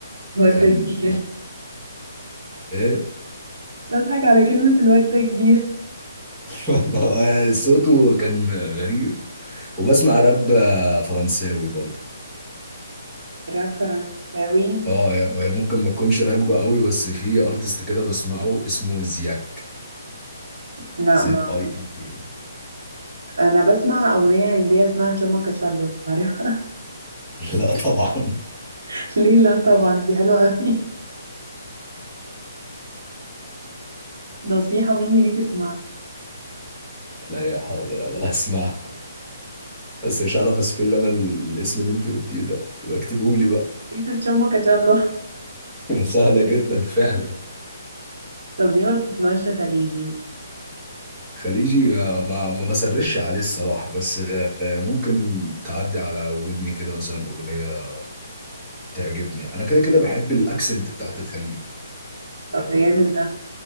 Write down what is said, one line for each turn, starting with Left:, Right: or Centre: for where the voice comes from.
Right: الواد
Centre: كان
Right: ده كبير
Centre: م- ايه <laughs>
Right: بضحك على كلمة الواد ده كبير
Centre: الواد ده هو يعني صوته كان غريب وبسمع راب فرنساوي برضه
Right: راب فرنساوي
Centre: اه يا- هي ممكن ما تكونش راكبه قوي بس في ارتست كده بسمعه اسمه زياك
Right: لا
Centre: زد
Right: ما
Centre: اي اي كي.
Right: انا بسمع اغنية هندية اسمها تشاما كاشالو عارفها
Centre: <laughs> لا طبعا
Right: <laughs> ليه لا طبعا دي حلوة قوي نصيحة مني ليك اسمعها
Centre: لا يا حاضر أبقى اسمع بس مش عارف اسبل انا الاسم اللي انت قلتيه ده بكتبه لي بقى
Right: اكتب شامبو كاتشالو
Centre: <laughs> سهلة جدا فعلا
Right: <laughs> طب ليه ما بتسمعش خليجي
Centre: خليجي آه، ما ما بسرش عليه الصراحة بس آه، ممكن تعدي على ودني كده مثلا أغنية تعجبني أنا كده كده بحب الأكسنت بتاعت الخليج
Right: طب يا من ده